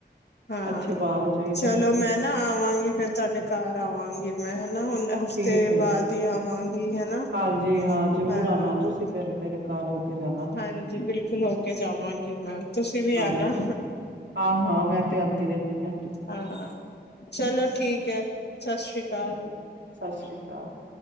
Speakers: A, on the left; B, on the right.
A: ਹਾਂ।
B: ਅੱਛੇ ਬਾਲ ਚਾਹੀਦੇ
A: ਚਲੋ
B: ਨੇ ਤੇ।
A: ਮੈਂ ਨਾ ਆਵਾਂਗੀ ਫਿਰ ਤੁਹਾਡੇ ਘਰ ਆਵਾਂਗੀ ਮੈ ਨਾ ਹੁਣ ਹਫ਼ਤੇ
B: ਠੀਕ ਹੈ
A: ਬਾਅਦ ਹੀ ਆਵਾਂਗੀ ਹੈਨਾ,
B: ਹਾਂਜੀ ਹਾਂ ਜ਼ਰੂਰ
A: ਹਾਂ।
B: ਆਣਾ ਤੁਸੀਂ ਫਿਰ ਮੇਰੇ ਘਰ ਹੋ ਕੇ ਜਾਣਾ
A: ਹਾਂਜੀ ਬਿਲਕੁਲ ਹੋ ਕੇ ਜਾਵਾਂਗੀ ਮੈਮ, ਤੁਸੀ ਵੀ
B: ਹਾਂ
A: ਆਣਾ।
B: ਹਾਂ- ਹਾਂ ਮੈ ਤੇ ਆਉੰਦੀ ਰਹਿੰਦੀ ਆਂ।
A: ਹਾਂ, ਚਲੋ ਠੀਕ ਹੈ, ਸਸ੍ਰੀ ਅਕਾਲ।
B: ਸਸ੍ਰੀ ਅਕਾਲ।